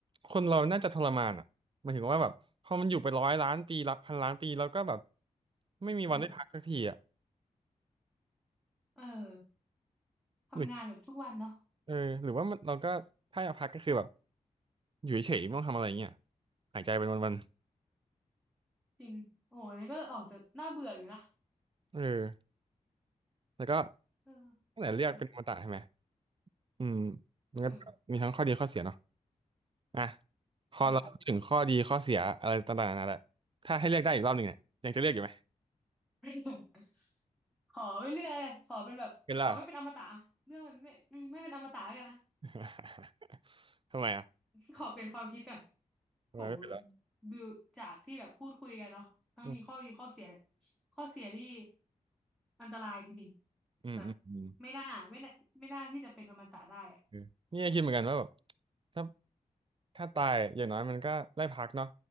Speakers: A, on the right; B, in the centre.
A: คนเราน่าจะทรมานอ่ะหมายถึงว่าแบบพอมันอยู่ไปร้อยล้านปีรับพันล้านปีแล้วก็แบบไม่มีวันได้พักสักทีอ่ะ
B: อืมเออทำงานแบบทุกวันเนาะ
A: หรือเออหรือว่ามันเราก็ถ้าอยากพักก็คือแบบ อยู่เฉยๆไม่ต้องทำอะไรเงี้ยหายใจเป็นวัน
B: จริงโอ้โหอันนี้ก็ออกจะน่าเบื่ออยู่นะ
A: ๆเออแล้วก็
B: เออ
A: ตั้งแต่เลือกเป็นอมตะใช่ไหม
B: แต่
A: อืมมันก็มีทั้งข้อดีข้อเสียเนาะ
B: อืม
A: อ่ะพอเราพูดถึงข้อดีข้อเสียอะไรต่างๆนานาแหละถ้าให้เลือกได้อีกรอบหนึ่งเนี่ยยังจะเลือกอยู่ไหม
B: ใช่ <laughs> ขอไม่เลือกแล้วกันขอเป็นแบบขอไม่เป็นอมตะเรื่องมันไม่อืมไม่เป็นอมตะแล้วกันนะ
A: เป็นล่ะ <laughs> ทำไมอ่ะ
B: <laughs> ขอเปลี่ยนความคิดก่อน
A: ทำไมไม่เป็นล่ะ
B: โหดูจากที่แบบพูดคุยกันเนาะทั้งมีข้อดีข้อเสีย
A: อืม
B: ข้อเสียที่อันตรายจริงๆแบบ
A: อืมอืมอืม
B: ไม่น่าไม่น่าไม่น่าที่จะเป็นอมตะได้อะ
A: เออเนี่กคิดเหมือนกันว่าแบบถ้าถ้าตายอย่างน้อยมันก็ได้พักเนาะ